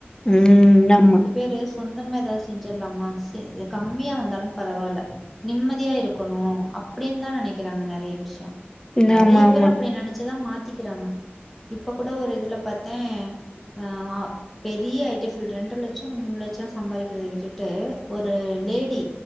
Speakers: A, on the left; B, in the centre.
A: ம் நாமா
B: இது சொந்தமா எதாவது செஞ்சர்லாமா செ கம்மியா வந்தாலும் பரவால்ல நிம்மதியா இருக்கணு அப்டின்தா நெனைக்கிறாங்க நெறைய விஷ்யொ
A: ம்.
B: நெறைய
A: ஆமாமா.
B: பேர் அப்டி நெனச்சுதா மாத் திக்குறாங்க இப்ப கூட ஒரு இதுல பாத்தே அ பெரிய ஐ டி ஃபீல்டு ரெண்டு லட் சம் மூணு லட்சம் சம்பாதிக்கிறத விட்டுட்டு ஒரு லேடி